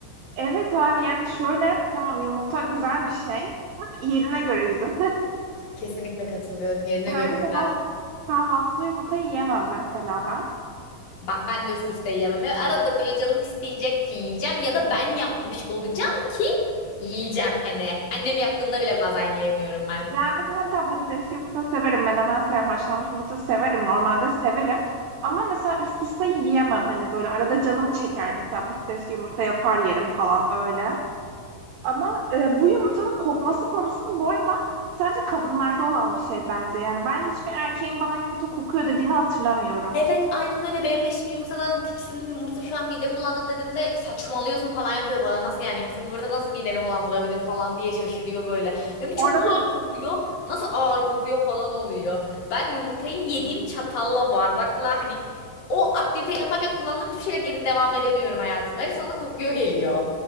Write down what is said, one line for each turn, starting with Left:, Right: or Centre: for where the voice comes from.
Right: Evet abi yani şöyle tamam yumurta güzel bir şey ama yerine göre güzel.
Left: Kesinlikle katılıyorum. Yerine
Right: <laughs>
Left: göre
Right: Her
Left: güzel.
Right: sabah kahvaltıda yumurta yiyemem mesela ben.
Left: Ba- Ben de üst üste yiyemem. Ya Arada böyle canım isteyecek ki yiyeceğim ya da ben yapmış olacağım ki yiyeceğim hani. Annem yaptığında bile bazen yiyemiyorum ben.
Right: Yani mesela hani tam patates yumurta severim, menemen severim, haşlanmış yumurta severim, normalde severim. Ama mesela üst üste yiyemem hani böyle arada canım çeker mesela patates yumurta yapar yerim falan öyle. Ama e, bu yumurtanın kokması konusunu bu arada sadece kadınlarda olan bir şey bence. Yani ben hiçbir erkeğin bana yumurta kokuyor dediğini hatırlamıyorum.
Left: Evet aynen öyle benim eşim yumurtadan tiksindim yumurta şu an midemi bulandırdı dediğimde saçmalıyorsun falan yapıyor bana nasıl yani yumurta, yumurta nasıl mideni bulandırabilir falan diye şaşırıyor böyle. Dedim
Right: Bu
Left: çok
Right: arada
Left: ağır kokuyor nasıl ağır kokuyor falan oluyor. Ben yumurtayı yediğim çatalla bardakla hani o aktivite yaparken kullandığım hiçbir şeyle geri devam edemiyorum hayatıma. Hepsi ona kokuyor geliyor.